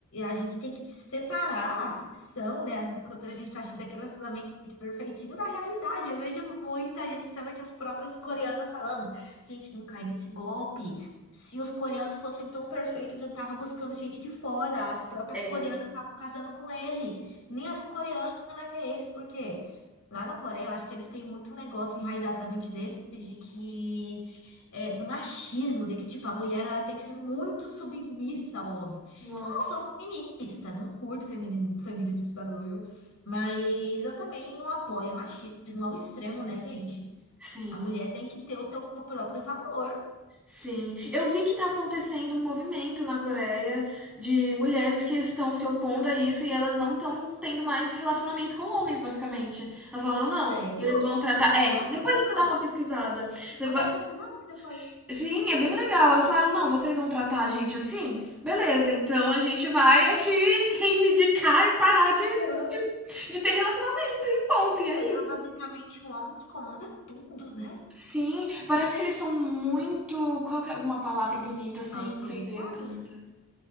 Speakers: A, on the left; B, in the centre.
A: a gente tem que separar a ficção, né, do que a gente tá achando daquele relacionamento perfeitinho da realidade. Eu vejo muita gente, principalmente as próprias coreanas, falando: gente, não cai nesse golpe. Se os coreanos fossem tão perfeitos, eles não estavam buscando gente de fora. As próprias
B: É.
A: coreanas estavam casando com ele. Nem as coreanas que é eles, por quê? Lá na Coreia, eu acho que eles têm muito negócio enraizado na mente deles de que é, do machismo, de que tipo a mulher ela tem que ser muito submissa ao homem.
B: Nossa.
A: Eu não sou feminista, não curto feminismo, feminismo esse bagulho, mas eu também não apoio machismo ao extremo, né, gente?
B: Sim.
A: A mulher tem que ter o teu próprio valor.
B: Sim, eu vi que está acontecendo um movimento na Coreia de mulheres que estão se opondo a isso e elas não estão tendo mais relacionamento com homens, basicamente. Elas falaram, não,
A: Sério?
B: eles vão tratar. É,
A: Caramba!
B: depois você dá uma pesquisada.
A: Vou
B: Va-
A: dar uma pesquisada aqui depois.
B: S- Sim, é bem legal. Elas falaram, não, vocês vão tratar a gente assim? Beleza, então a gente vai aqui <laughs> reivindicar e parar de,
A: Então,
B: de, de ter relacionamento e ponto,
A: Porque
B: e é
A: lá
B: isso.
A: basicamente o homem que comanda tudo, né?
B: Sim, parece que eles são muito. Qual que é uma palavra bonita sem
A: Autoritários.
B: ofender tanto?